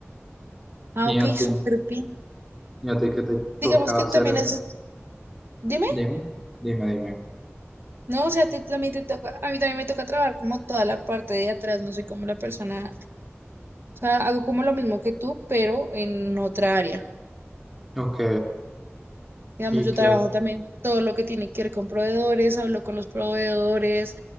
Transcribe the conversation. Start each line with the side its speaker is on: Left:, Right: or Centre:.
Right: Ah,
Centre: ¿Y
Right: ok,
Centre: a ti?
Right: súper bien.
Centre: ¿Y a ti qué te tocaba
Right: Digamos que
Centre: hacer?
Right: también
Centre: en-
Right: es, dime,
Centre: Dime, dime, dime.
Right: no, o sea, a ti también te toca, a mí también me toca trabajar como toda la parte de atrás, no soy como la persona, o sea, hago como lo mismo que tú, pero en otra área.
Centre: Ok,
Right: Digamos,
Centre: ¿y
Right: yo
Centre: qué?
Right: trabajo también todo lo que tiene que ver con proveedores, hablo con los proveedores,